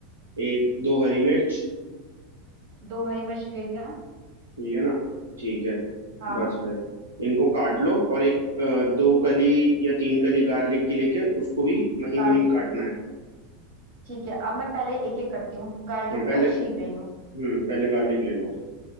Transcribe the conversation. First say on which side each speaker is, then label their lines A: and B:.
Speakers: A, on the right (about 80°); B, on the right (about 55°).
A: एक दो हरी मिर्च
B: दो हरी मिर्च ले लिया
A: ठीक है ना ठीक है
B: हाँ
A: बस फिर इनको काट लो और एक अ, दो कली या तीन कली गार्लिक की लेके उसको भी महीन
B: गार्लिक
A: महीन काटना
B: की
A: है
B: ठीक है अब मैं पहले एक एक करती हूँ गार्लिक
A: हाँ पहले
B: को मैं छील रही हूँ
A: हम्म पहले गार्लिक ले लो